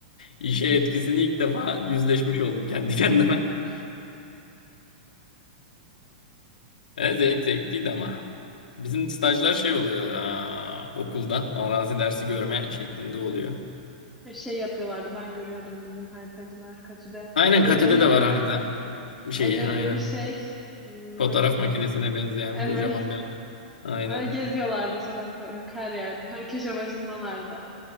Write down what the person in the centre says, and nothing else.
E, Şey yapıyorlardı ben görüyordum bizim haritacılar katüde.
Böyle
ellerinde
ellerinde
bir şey ım,
makine.
Evet.
Öyle geziyorlardı sokakta her yerde. Her köşe başındalardı.